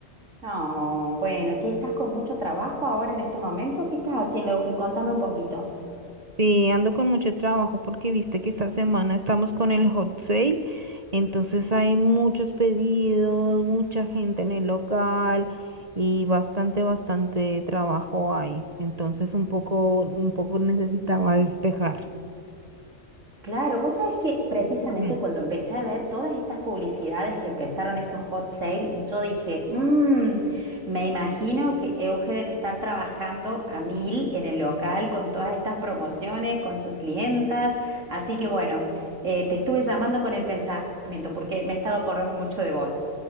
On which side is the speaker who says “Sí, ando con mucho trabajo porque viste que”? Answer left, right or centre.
Right